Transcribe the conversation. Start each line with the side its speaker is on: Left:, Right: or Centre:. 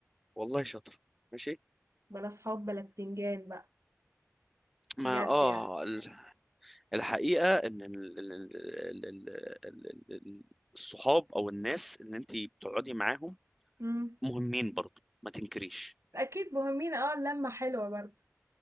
Centre: والله شاطرة ماشي
Right: بلا صحاب بلا بتنجان بقى
Centre: ما
Right: بجد
Centre: اه
Right: يعني
Centre: ال- الحقيقة ان ال- ال- ال- ال- ال- ال- الصحاب او الناس اللي انت بتقعدي معاهم
Right: مم.
Centre: مهمين برضه ما تنكريش
Right: اكيد مهمين اه اللمة حلوة برضه